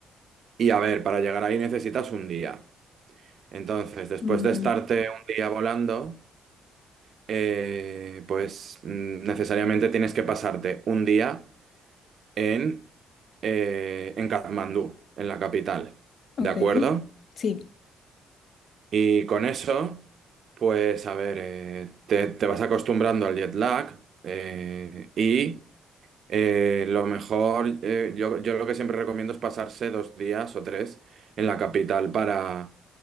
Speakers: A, on the right; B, on the left.
A: Y a ver, para llegar ahí necesitas un día. Entonces, después
B: Vale.
A: de estarte un día volando, eh, pues mm, necesariamente tienes que pasarte un día en, eh, en Katmandú, en la capital.
B: Ok.
A: ¿De acuerdo?
B: Sí.
A: Y con eso, pues a ver, eh, te, te vas acostumbrando al jet lag eh, y eh, lo mejor, eh, yo, yo lo que siempre recomiendo es pasarse dos días o tres en la capital para